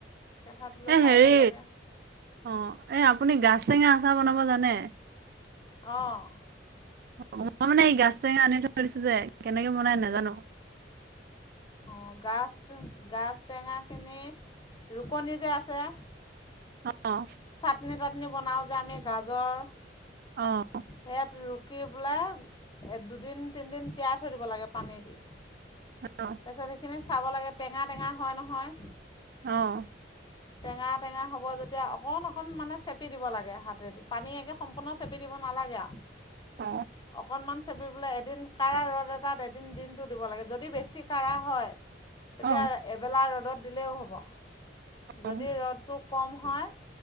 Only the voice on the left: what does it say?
কেঁচা তিলো
খাই
ভাল লাগে
অঁ।
অঁ গাজ গাজ টেঙাখিনি ৰুকনি যে আছে।
চাটনি তাটনি বনাওঁ যে আমি গাজৰ,
সেয়াত ৰুকি পেলাই দুদিন-তিনদিন তিয়াই থৈ দিব লাগে পানী দি। <inaudible>
তাৰপিছত সেইখিনি চাব লাগে টেঙা টেঙা হয় নহয়।
টেঙা টেঙা হ'ব যেতিয়া অকন অকন মানে চেপি দিব লাগে। হাতে পানী একে সম্পূৰ্ণ চেপি দিব নেলাগে আ।
অকণমান চেপি পেলে এদিন কাঢ়া ৰ'দ এটাত এদিন দিনটো দিব লাগে, যদি বেছি কাৰা হয়। তেতিয়া
এবেলা ৰ'দত দিলেও হ'ব।
যদি ৰ'দটো কম হয়,